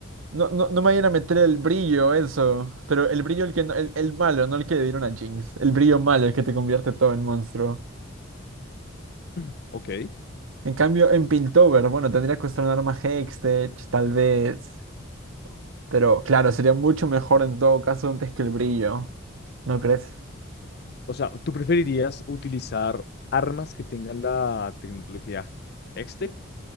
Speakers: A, on the right; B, on the left.
A: no, no, no me vayan a meter el brillo, eso. Pero el brillo, el que no- el, el malo, no el que le dieron a Jinx. El brillo malo, el que te convierte todo en monstruo.
B: <clears throat> Ok.
A: En cambio, en Piltover, bueno, tendría que usar un arma Hextech, tal vez. Pero claro, sería mucho mejor en todo caso antes que el brillo. ¿No crees?
B: O sea, ¿tú preferirías utilizar armas que tengan la tecnología Hextech